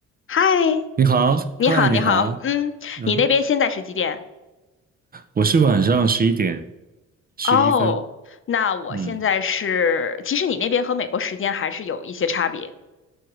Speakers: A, on the left; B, on the right.
A: 嗨，
B: 你好，
A: 你好，
B: 嗨，你好，
A: 你好，嗯，
B: 嗯，
A: 你那边现在是几点？
B: 我是晚上十一点十一分，
A: 哦，那我现在是，
B: 嗯
A: 其实你那边和美国时间还是有一些差别。